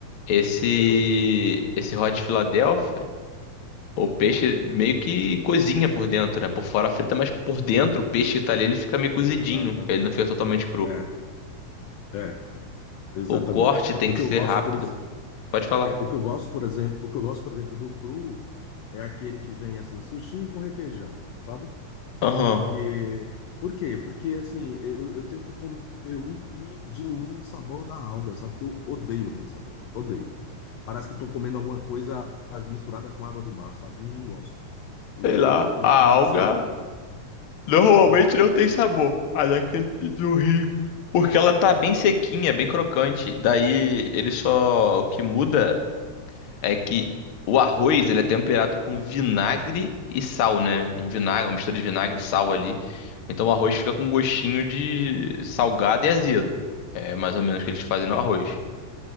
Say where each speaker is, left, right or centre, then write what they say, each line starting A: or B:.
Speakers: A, on the left; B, on the left.
A: Esse
B: eu,
A: esse Hot Philadelphia O peixe meio que cozinha por dentro, né? Por fora frita, mas por dentro o peixe que tá ali, ele fica meio cozidinho.
B: exatamente.
A: Ele não fica totalmente cru.
B: É, é, exatamente.
A: O corte tem
B: O que
A: que ser
B: eu gosto,
A: rápido.
B: por exemplo,
A: Pode falar.
B: o que eu gosto, por exemplo, o que eu gosto, por exemplo, do cru é aquele que vem assim, sushi com requeijão, sabe?
A: Aham.
B: Porque, por quê? Porque assim, eu, eu tenho que comer um que diminua o sabor da alga, sabe? Que eu odeio aquele sabor, odeio. Parece que eu tô comendo alguma coisa misturada com água do mar, sabe? Não, não gosto. E,
A: Sei lá,
B: e-
A: a
B: mas
A: alga
B: assim,
A: normalmente
B: hum,
A: não tem sabor, a daqui do rio. Porque ela tá bem sequinha, bem crocante. Daí ele só. O que muda. é que o arroz, ele é temperado com vinagre e sal, né? Um vinagre, uma mistura de vinagre e sal ali. Então o arroz fica com um gostinho de salgado e azedo. É mais ou menos o que eles fazem no arroz.